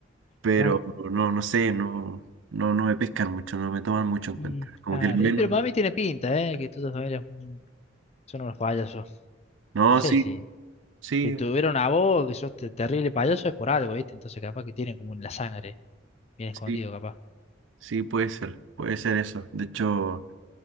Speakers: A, on the right (about 75°); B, on the left (about 30°).
A: pero
B: claro.
A: no, no sé, no, no, no me pescan mucho, no me toman mucho en
B: Y
A: cuenta. Como
B: claro,
A: que el bien,
B: y pero para mí tiene pinta, ¿eh? Que toda tu familia mm, son unos payasos.
A: no,
B: No sé
A: sí,
B: si
A: sí.
B: te tuvieron a vos, que sos te- terrible payaso, es por algo, ¿viste? Entonces capaz que tienen como en la sangre, bien escondido
A: Sí,
B: capaz.
A: Sí, puede ser, puede ser eso. De hecho,